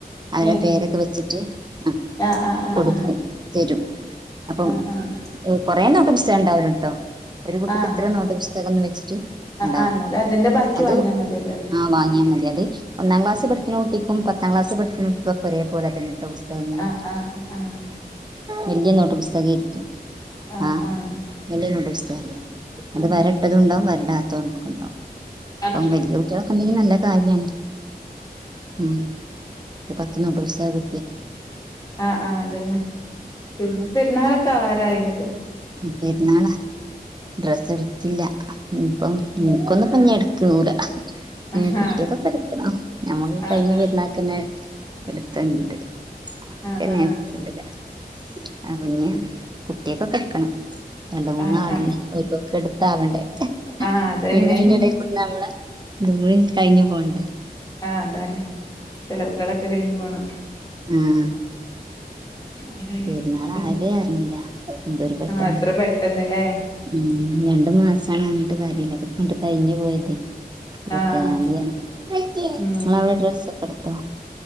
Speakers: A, on the right; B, on the left.
A: അവരുടെ
B: ഏഹ്
A: പേരൊക്കെ വെച്ചിട്ട ആ
B: ആഹ് ആഹ്
A: കൊടുക്കും
B: ആഹ്
A: തരും അപ്പം
B: ആഹ് ആഹ്
A: കൊറെേ നോട്ടപുസ്തകം ഉണ്ടാവല കേട്ടോ ഒരു കുട്ടിക്ക്
B: ആഹ് ആഹ് ആഹ്
A: ഇത്ര നോട്ടപുസ്തകംന്ന് വെച്ചിട്ട് ഉണ്ടാവും
B: ആഹ് എന്നാലും അതിന്റെ ബാക്കി
A: അത്
B: വാങ്ങിയാ മതിയല്ലോ അല്ലേ
A: ആ വാങ്ങിയാൽ മതി അത് ഒന്നാം ക്ലാസ് പഠിക്ക ട്ടിക്കും പത്താംക്ളാസ് പഠിക്കണ് കുട്ടിക്കും ഒരേ പോലെ തന്നെ കേട്ടോ പുസ്തകങ്ങള്
B: ആഹ് ആഹ് ആഹ്
A: വലിയ നോട്ടുപുസ്തകം ഇരിക്കും.
B: ആഹ്
A: ആ
B: ആഹ്
A: മെല്ലങ്ങോട്ട <unintelligible> അത്
B: ഉം
A: വരട്ടതും ഉണ്ടാവും വരടാത്തതു ണ്ടാവും
B: ആഹ്
A: അപ്പം വെല്ല്യകുട്ടികള്ക്കെണ്ടെങ്കി നല്ല കാര്യആണ്. ഉം ഒരു പത്ത്‌ നൂറ് ദിവസവ്
B: ആ ആ അതെന്നെ പിന്നെ പെരുന്നാള്. കവാറായില്ലേ
A: മ് പെരുന്നാളാ ഡ്രസ്സ് എടുത്തില്ല മ് ഇപ്പം
B: ഉം
A: നിനക്കൊന്ന് പ ഞ്ഞ്എടു <unintelligible> ഏ
B: ആഹ്
A: കുട്ടിയൊക്കെക്കെ കിടക്കണു ഞമ്മക്ക്
B: ആഹ്
A: കഴിഞ്ഞ
B: ആഹ്
A: പെരുന്നാൾക്ക് തന്നെ എടുത്തണ്ട്
B: ആഹ്
A: പിന്നെ
B: ആഹ്
A: ഉണ്ടാലോ ആ കുഞ്ഞേ. കുട്ടിയൊക്കെ ക ക രണ്ട് മൂന്നാളില്ലേ
B: ആഹ് ആഹ്
A: ഒരു കൊക്കെ എടുത്താവേണ്ടേ
B: ആഹ് അതന്നെ
A: പിന്നെ അതിനിടയിൽ കൂടെ നമ്മള്. ഇതുകൂടി കഴിഞ്ഞു പോവണ്ടേ.
B: ആഹ് അതന്നെ. <unintelligible> ഇത് കഴിഞ്ഞ് പോണം.
A: ഉം
B: ആഹ്
A: പെരുന്നാൾ ആയതേ അറിഞ്ഞില്ല എന്തൊരു പെട്ടെന്ന്
B: അത്ര പെട്ടെന്ന്ല്ലേ
A: ഉം രണ്ടു മാസമാണ്. ട്ട് കാര്യമില്ല അതും. ഉണ്ട് കഴിഞ്ഞുപോയത് ഇരുപത്തിയേഴ്
B: ആഹ്
A: തീയതിയാണ്, ഇങ്ങള്
B: ഉം
A: അവിടെ ഡ്രസ്സ്. അടുത്തോ.